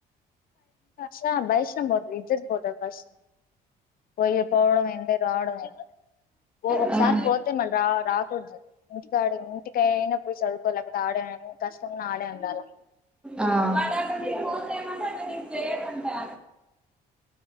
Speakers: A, on the left; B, in the centre.
A: చాన్ బయేషాన్ పోతది ఇజ్జత్ పోతది ఫస్ట్ <inaudible> పోయి పోవడం ఏంది రావడం ఏంది ఒకసారి
B: ఆ
A: పోతే మళ్ళీ రా రాకూడదు తాడు ఇంటికే అయినా పోయి చదువుకోలేక కదా ఆడ కష్టంలో ఆడే ఉండాల
B: ఆ వాళ ఫోన్ చేయమంటే అ నేను చేయానంటా